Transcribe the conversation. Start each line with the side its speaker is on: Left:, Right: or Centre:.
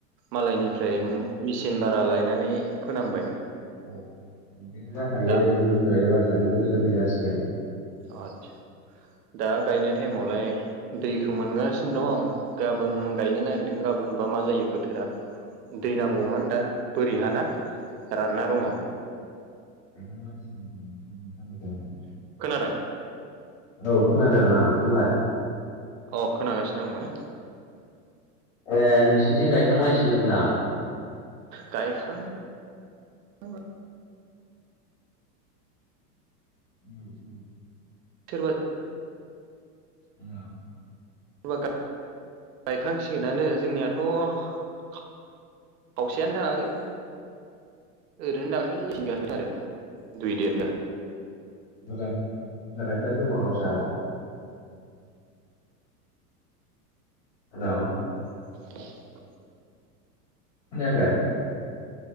Right: मालायनिफ्राय
Left: औ
Right: मेचिन भारा लायनानै फोनांबाय।
Left: औ बिदिनो जाखायो
Right: दा
Left: जोंनि बोसोरा एबारजों बोसोरनै जासिगोन।
Right: अ आतसा। दा गायनाय टाइमावलाय दैखौ मोनगासिनो दं गाबोन गायनो नागिरदों गा बोनबा मा जायो बोथोरा। दै
Left: औ
Right: नांगौमोन दा बोरि हाना रानना
Left: औ
Right: दंङ।
Left: <inaudible>
Right: खोनादों?
Left: औ खोनादों आं नोंलाय?
Right: अ खोनागासिनो आंबो।
Left: ए नोंसिनिथिं गायखांलायसिगोन होनदां।
Right: गायखां <unintelligible>
Left: उम उम।
Right: सोरबा
Left: हेल'।
Right: सोरबा गा-गायखांसिगोनानो जोंनियाथ' खावसेयानो थांङाखै। ओरैनो दाख्लै <unintelligible> दुइ देर बिगा।
Left: बुरजा बुरजा गायथारो खोमा गावसा? हेल'
Right: <unintelligible>
Left: खोनायाखै?